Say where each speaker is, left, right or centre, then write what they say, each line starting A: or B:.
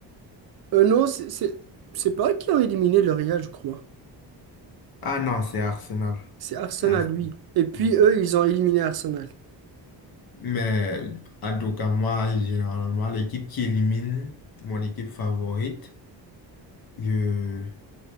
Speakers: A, on the right; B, on the left.
A: Euh, non, c'est c'est- c'est pas eux qui ont éliminé le Real, je crois.
B: Ah non, c'est Arsenal.
A: C'est Arsenal,
B: C'est Arsenal.
A: oui. Et puis
B: Oui.
A: eux, ils ont éliminé Arsenal.
B: Mais en tout cas, moi, généralement, l'équipe qui élimine mon équipe favorite, je,